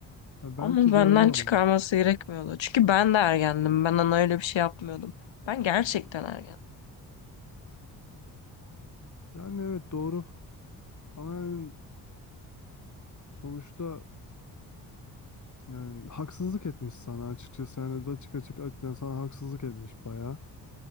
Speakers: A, on the left; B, on the left.
A: Ya belki
B: Ama benden
A: de öyle oldu.
B: çıkarması gerekmiyordu. Çünkü ben de ergendim. Ben ona öyle bir şey yapmıyordum. Ben gerçekten ergendim.
A: Yani evet doğru. Ama yani sonuçta yani haksızlık etmiş sana açıkçası. Yani açık açık açık sana haksızlık etmiş bayağı.